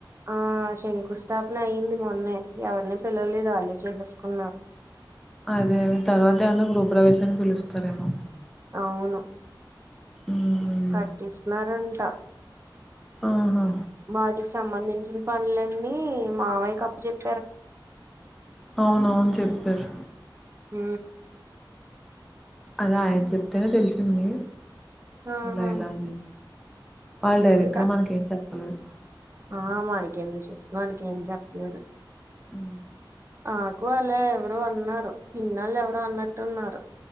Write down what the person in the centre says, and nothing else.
అదే అదె తర్వాత ఏమన్నా గృహప్రవేశాన్నికి పిలుస్తారేమో
మ్మ్
ఆహా
అవునవును చెప్తారు
అదా ఆయన చెప్తేనే తెలిసింది
ఇలా ఇలా అని వాళ్ళు డైరెక్ట్
గా మనకి ఏం చెప్పలేదు
ఆ